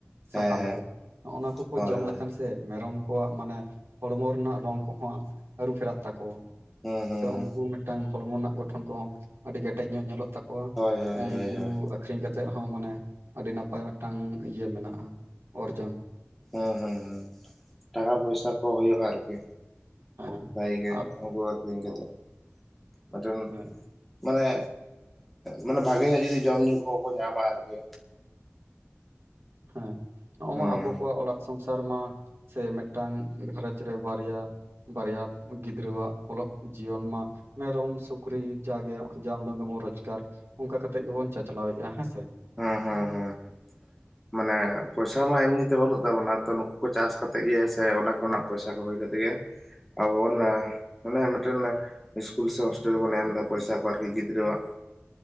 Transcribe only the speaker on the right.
ᱥᱟᱠᱟᱢ
ᱠᱚ ᱱᱚᱜᱼᱱᱟ ᱠᱚᱠᱚ
ᱡᱚᱢ
ᱞᱮᱠᱷᱟᱱ ᱥᱮ ᱢᱮᱨᱚᱢ ᱠᱚᱣᱟᱜ ᱢᱟᱱᱮ ᱦᱚᱲᱢᱚ ᱨᱮᱱᱟᱜ ᱨᱚᱝ ᱠᱚᱦᱚᱸ ᱟᱹᱨᱩ ᱯᱷᱮᱨᱟᱜ ᱛᱟᱠᱚᱣᱟ᱾
ᱥᱮ
ᱩᱱᱠᱩ ᱢᱤᱫ ᱴᱟᱝ ᱦᱚᱲᱢᱚ ᱨᱮᱱᱟᱜ ᱜᱚᱴᱷᱚᱱ ᱠᱚᱦᱚᱸ ᱟᱹᱰᱤ ᱠᱮᱴᱮᱡ ᱧᱚᱜ ᱧᱮᱞᱚᱜ ᱛᱟᱠᱚᱣᱟ
ᱩᱱᱠᱩ
ᱟᱹᱠᱷᱨᱤᱧ ᱠᱟᱛᱮ ᱦᱚᱸ ᱢᱟᱱᱮ ᱟᱹᱰᱤ ᱱᱟᱯᱟᱭ ᱢᱤᱫ ᱴᱟᱝ ᱤᱭᱟᱹ ᱢᱮᱱᱟᱜᱼᱟ ᱚᱨᱡᱚᱱ
ᱦᱮᱸ
ᱟᱨ
ᱦᱮᱸ
ᱦᱮᱸ ᱱᱚᱜ
ᱢᱟ ᱟᱵᱚ ᱠᱚᱣᱟᱜ ᱚᱲᱟᱜ ᱥᱚᱝᱥᱟᱨ ᱨᱮᱢᱟ᱾ ᱥᱮ ᱢᱮᱫᱴᱟᱝ ᱜᱷᱟᱨᱚᱸᱡᱽ ᱨᱮ ᱵᱟᱨᱭᱟ ᱵᱟᱨᱭᱟ ᱜᱤᱫᱽᱨᱟᱹᱣᱟᱜ ᱚᱞᱚᱜ ᱡᱤᱭᱚᱱ ᱢᱟ ᱢᱮᱨᱚᱢ ᱥᱩᱠᱨᱤ ᱡᱟᱜᱮ ᱡᱟ ᱩᱰᱟᱹᱝ ᱜᱮᱵᱚᱱ ᱨᱳᱡᱽᱜᱟᱨ ᱚᱱᱠᱟ ᱠᱟᱛᱮ ᱜᱮᱵᱚᱱ ᱪᱟᱪᱞᱟᱣᱮᱫᱼᱟ, ᱦᱮᱸᱥᱮ